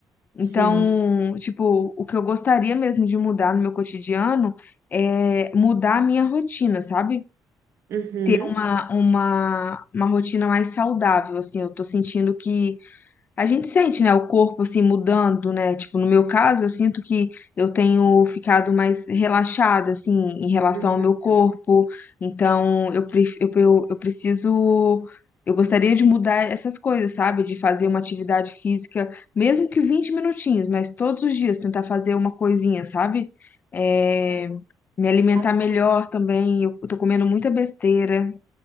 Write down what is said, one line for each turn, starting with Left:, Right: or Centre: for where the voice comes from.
Right: sim.
Left: Então, tipo, o que eu gostaria mesmo de mudar no meu cotidiano é mudar a minha rotina, sabe?
Right: Uhum,
Left: uma, uma, uma rotina mais saudável, assim, eu tô sentindo que a gente sente, né, o corpo assim mudando, né? Tipo, no meu caso, eu sinto que eu tenho ficado mais relaxada assim em relação
Right: uhum.
Left: ao meu corpo. Então, eu pref- eu, eu, eu preciso Eu gostaria de mudar essas coisas, sabe? De fazer uma atividade física, mesmo que 20 minutinhos, mas todos os dias tentar fazer uma coisinha, sabe? É,
Right: Mas,
Left: me alimentar
Right: assim,
Left: melhor também. Eu tô comendo muita besteira.